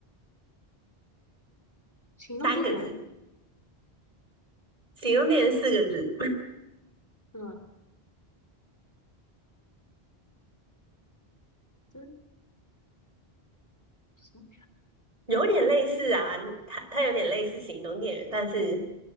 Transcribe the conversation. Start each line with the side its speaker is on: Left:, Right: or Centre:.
Left: 行动电源，
Right: 三个字，行动电源四个字，
Left: 嗯，真什么？
Right: 有点类似啊，它它有点类似行动电源，但是